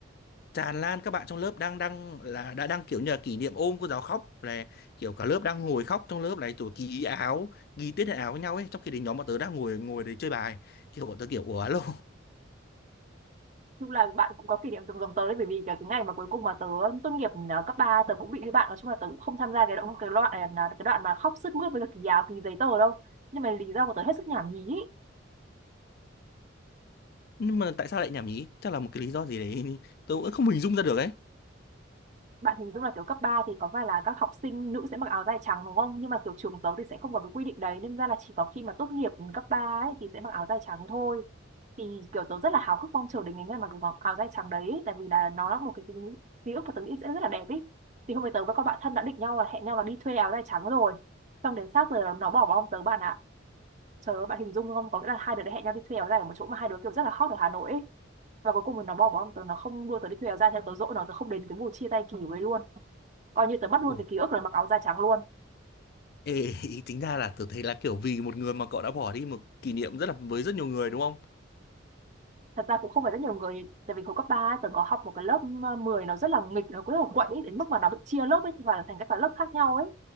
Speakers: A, on the left; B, on the right.
A: tràn lan các bạn trong lớp đang đang là đã đang kiểu như là kỷ niệm ôm cô giáo khóc là kiểu cả lớp đang ngồi khóc trong lớp này rồi ký áo ký tiết hệ áo với nhau ấy trong khi đến nhóm bọn tớ đang ngồi ngồi đấy chơi bài kiểu bọn tớ kiểu ủa alo
B: chung là bạn cũng có kỷ niệm từng giống tớ đấy bởi vì cái, cái ngày mà cuối cùng mà tớ tốt nghiệp ờ, cấp 3 tớ cũng bị như bạn nói chung là tớ cũng không tham gia cái đoạn cái đoạn là cái đoạn mà khóc sướt mướt với cả kỳ áo kỳ giấy tờ đâu nhưng mà lý do của tớ hết sức nhảm nhí ý.
A: <laughs> nhưng mà tại sao lại nhảm nhí chắc là một cái lý do gì đấy tớ cũng không hình dung ra được ấy
B: bạn hình dung là kiểu cấp 3 thì có phải là các học sinh nữ sẽ mặc áo dài trắng đúng không? Nhưng mà kiểu trường tớ thì sẽ không có cái quy định đấy nên ra là chỉ có khi mà tốt nghiệp cấp 3 ấy thì sẽ mặc áo dài trắng thôi. Thì kiểu tớ rất là háo hức mong chờ đến ngày ngày mặc mặc áo dài trắng đấy tại vì là nó là một cái ký, ký ức mà tớ nghĩ sẽ rất là đẹp ý. Thì hôm nay tớ với các bạn thân đã định nhau là hẹn nhau là đi thuê áo dài trắng rồi. Xong đến sát giờ nó nó bỏ bom tớ bạn ạ. Trời ơi, bạn hình dung không? Có nghĩa là hai đứa đã hẹn nhau đi thuê áo dài ở một chỗ mà hai đứa kiểu rất là hot ở Hà Nội ấy và cuối cùng thì nó bỏ bóng tớ nó không đưa tớ đi thuê áo dài theo tớ dỗi nó tớ không đến cái buổi chia tay kỳ với luôn coi như tớ mất luôn
A: Ủa
B: cái ký ức là mặc áo da trắng luôn
A: Ê, <laughs> ý tính ra là tớ thấy là kiểu vì một người mà cậu đã bỏ đi một kỷ niệm rất là với rất nhiều người đúng không?
B: thật ra cũng không phải rất nhiều người tại vì hồi cấp 3 ấy, tớ có học một cái lớp mười nó rất là nghịch nó cứ là quậy ấy, đến mức mà nó bị chia lớp ấy và thành các cái lớp khác nhau ấy